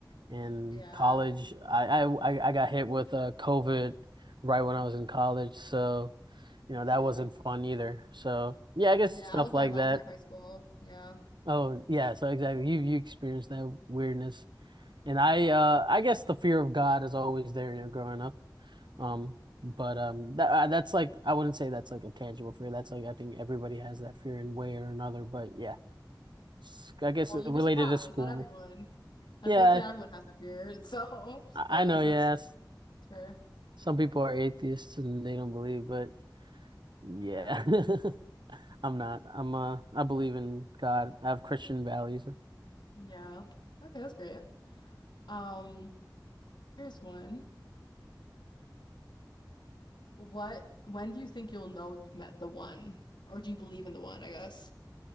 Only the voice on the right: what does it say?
In
college, I I I I got hit with uh COVID right when I was in college, so you know that
wasn't fun either. So yeah, I guess
stuff
like
that.
Oh yeah, so exactly, you you experienced that weirdness. And I
uh I guess the fear of God is always there, you know, growing up. Um,
but um that uh, that's like I wouldn't say that's like a tangible fear. That's like I think everybody has that fear in way or another. But yeah, S- I guess
related
to school.
Yeah,
I
I know.
Yes,
some people are atheists and they don't believe, but yeah,
<laughs> I'm not. I'm uh I believe in God. I have Christian values.